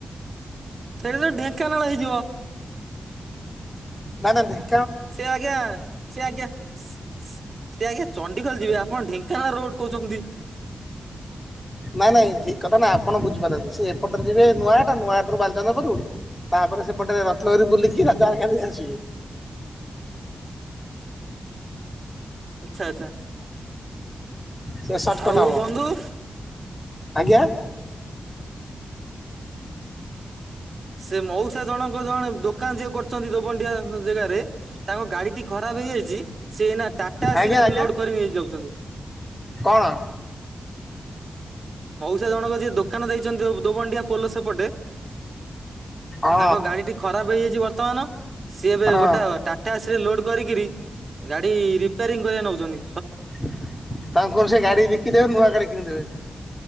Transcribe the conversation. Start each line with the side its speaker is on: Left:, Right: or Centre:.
Right: ସେଠି ତ ଢେଙ୍କାନାଳ ହେଇଯିବ।
Left: ନାଁ ନାଁ ଡେକେ
Right: ସେ ଆଜ୍ଞା, ସେ ଆଜ୍ଞା, ସେ ସେ ଆଜ୍ଞା ଚଣ୍ଡିଖୋଲ ଯିବା। ଆପଣ ଢେଙ୍କାନାଳ ରୋଡ କହୁଛନ୍ତି।
Left: ନାଇଁ ନାଇଁ ଠିକ କଥା ନାଇଁ ଆପଣ ବୁଝିପାରିନାହାନ୍ତି ସେ ଏପଟରେ ଯିବେ ନୂଆଟା ନୂଆଟରୁ ବାଲଚନ୍ଦ୍ରପୁର୍ ତାପରେ ସେପଟେ ରତ୍ନଗରିୀ ବୁଲିକି ରାଜା ଗାଇ କାଲିଆସିବେ।
Right: ଆଚ୍ଛା ଆଚ୍ଛା
Left: ସେ ସର୍ଟକଟ
Right: ଆଉ
Left: ହବ।
Right: ବନ୍ଧୁ
Left: ଆଜ୍ଞା?
Right: ସେ ମୋଉସା ଜଣଙ୍କ ଜଣେ ଦୋକାନ ଯିଏ କରୁଛନ୍ତି ଦୋବଣ୍ଡିଆ ଜାଗାରେ ତାଙ୍କ ଗାଡିଟି ଖରାପ ନେଇଯାଇଛି ସେଇନା ଟାଟାଏସିରେ
Left: ଆଜ୍ଞା ଆଜ୍ଞା
Right: ଲୋଡ କରିି ନେଇ ଯାଉଛନ୍ତି।
Left: କଣ?
Right: ସେ ଜଣକ ଯିଏ ଦୋକାନ ଦେଇଛନ୍ତି ଦୋ ଦୋବଣ୍ଡିଆ ପୋଲ ସେପଟେ।
Left: ଅ।
Right: ତାଙ୍କ ଗାଡିଟି ଖରାପ ହେଇଯାଇଛି ବର୍ତ୍ତମାନ ସିଏ ଏବେ
Left: ହଁ
Right: ଗୋଟେ ଟାଟାଏସିରେ ଲୋଡ କରିକିରି ଗାଡି ରିପାରିଂ କରିବାକୁ ନେଉଛନ୍ତି।
Left: ତାଙ୍କୁକହିବୁ ସେ ଗାଡି ବିକିଦେବେ ନୂଆ ଗାଡି କିଣିଦେବେ।